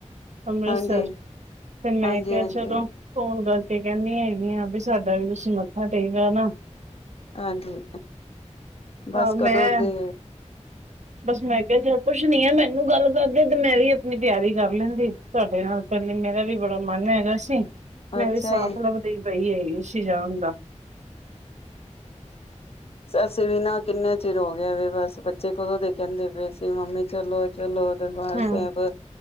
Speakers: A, on the right (about 70°); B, on the left (about 55°).
A: ਅੰਮ੍ਰਿਤਸਰ
B: ਹਾਂਜੀ
A: ਤੇ ਮੈਂ
B: ਹਾਂਜੀ
A: ਕਿਹਾ
B: ਹਾਂਜੀ
A: ਚਲੋ ਹੁਣ ਗਲ ਕਹਿੰਦੀ ਹੈਗੀ ਆ ਵੀ ਸਾਡਾ ਵੀ ਤੁਸੀਂ ਮੱਥਾ ਟੇਗਾ ਆਨਾ,
B: ਹਾਂਜੀ, ਬਸ
A: ਹਾਂ
B: ਕਦੋਂ
A: ਮੈਂ
B: ਦੇ,
A: ਬਸ ਮੈਂ ਕਿਹਾ ਚ ਕੁੱਛ ਨੀ ਆ ਮੈਨੂੰ, ਮੈਨੂੰ ਗੱਲ ਕਰਦੇ ਤੇ ਮੈਂ ਵੀ ਆਪਣੀ ਤਿਆਰੀ ਕਰ ਲੈਂਦੀ ਤੁਹਾਡੇ ਨਾਲ ਪਹਿਲੇ ਮੇਰਾ ਵੀ ਬੜਾ ਮਨ ਹੈਗਾ ਸੀ। ਮੈਂ
B: ਅੱਛਾ
A: ਵੀ ਸਾਥ
B: ਏ
A: ਲੱਭਦੀ ਪਈ ਐ। ਉਥੇ ਜਾਨ ਦਾ,
B: ਅਸੀ ਵੀ ਨਾ ਕਿੰਨੇ ਚਿਰ ਹੋ ਗਿਆ ਵੇ ਬਸ ਬੱਚੇ ਕਦੋਂ ਦੇ ਕਹਿੰਦੇ ਪਏ ਸੀ ਮੰਮੀ ਚਲੋ ਚਲੋ। ਦਰਬਾਰ
A: ਹੂੰ
B: ਸਾਹਿਬ